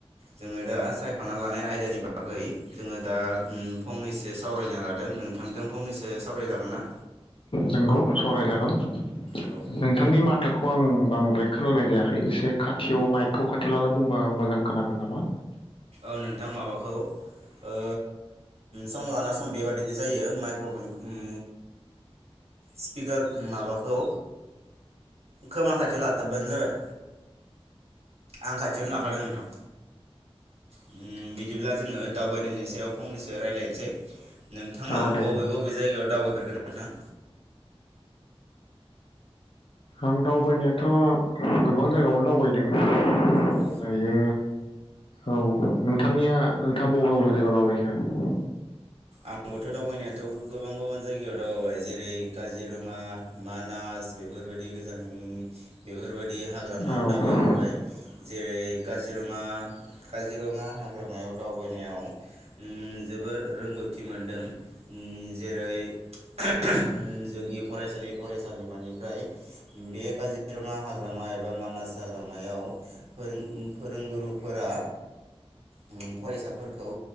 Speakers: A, on the right; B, on the left.
A: जोङो दा सायख'ना लानाय आयदानि बागै जोङो दा उम फंनैसो सावरायना लादों नोंथांजों फंनैसो सावरायजागोन ना?
B: नोंगौ सावराइ जागोन।
A: औ
B: नोंथांनि माथोखौ आं बांद्राय खोनाय जायाखै एसे खाथियाव माइकखौ खाथियाव लाना बुंबा आं मोजां खोनागोन नामा?
A: औ नोंथां माबाखौ ओ सम लाना सम बेबादिनो जायो माइक्र'फन उम स्पिकार माबाखौ खोमा खाथियाव लाथाबबानो जाबाय आं खाथियावनो लाखादों
B: नंगौ
A: नोंथां। उ बिदिब्ला जोङो दावबायनायनि सायाव फंनैसो रायज्लायनोसै नोंथाङा
B: औ दे
A: बबे बबे बबे जायगायाव दावबायफेरखो नोंथां?
B: आं दावबायनायाथ' गोबां जायगायावनो दावबायदों।
A: औ
B: दायो औ नोंथांनिया नोंथाङा बबे बबे जायगायाव दावबायखो?
A: आंबोथ' दावबायनायाथ' गोबां गोबां जायगायाव दावबायबाय जेरै काजिरङा मा नास बेफोरबायदि गोजाननि बेफोरबायदि हाग्रामायाव
B: औ
A: दावबायहोबाय। जेरै काजिरङा काजिरङा हाग्रामायाव दावबायनायाव उ जोबोर रोंगौथि मोनदों उम जेरै जोंनि फरायसालि फरायसालिमानिफ्राय बे काजिरङा हाग्रामा एबा मानास हाग्रामायाव फोरों फोरोंगुरुफोरा उ फरायसाफोरखौ